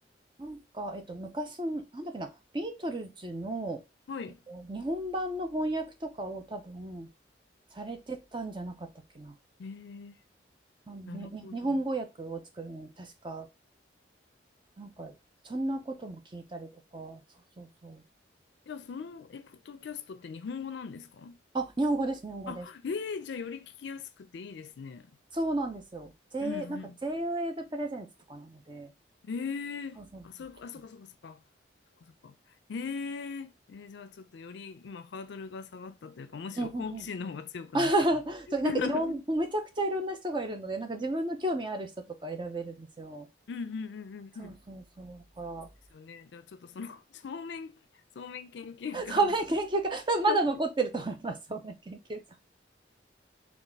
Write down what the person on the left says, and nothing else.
はい。
えー、
なるほど。
じゃあ、その、え、ポッドキャストって日本語なんですか
あ、えー、じゃあ、より聞きやすくていいですね。
うん
うん。えー、
あ、そう、あ、そうか、そうか、そうか。そうか、そうか。えー、えーじゃあ、ちょっとより今、ハードルが下がったというか、むしろ好奇心の方が強くなった。
<laughs>
うん
うんうんうんうん。
で
すよね。じゃあ、ちょっとその <laughs>、正面、正面研究家の
<laughs>